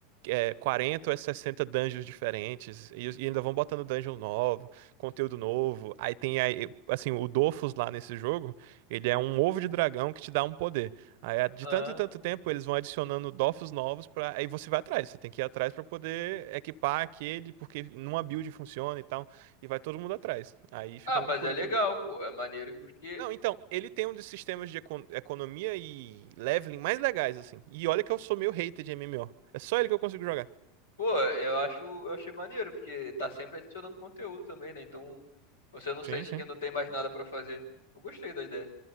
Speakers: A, on the right (about 55°); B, on the left (about 80°).
A: é, 40 ou é 60 dungeons diferentes, e, e ainda vão botando dungeon novo, conteúdo novo. Aí tem, aí, assim, o Dofus lá nesse jogo, ele é um ovo de dragão que te dá um poder. Aí é, de
B: Ah,
A: tanto em tanto tempo eles vão adicionando Dofus novos pra. aí você vai atrás, você tem que ir atrás pra poder equipar aquele, porque numa build funciona e tal, e vai todo mundo atrás. Aí fica
B: ah, mas
A: uma loucura
B: é legal,
A: de novo.
B: pô. É maneiro porque
A: Não, então, ele tem um dos sistemas de econ- economia e leveling mais legais, assim. E olha que eu sou meio hater de MMO. É só ele que eu consigo jogar.
B: Pô, eu acho, eu achei maneiro, porque tá sempre adicionando conteúdo também, né? Então você não sente
A: Sim, sim.
B: que não tem mais nada pra fazer. Eu gostei da ideia.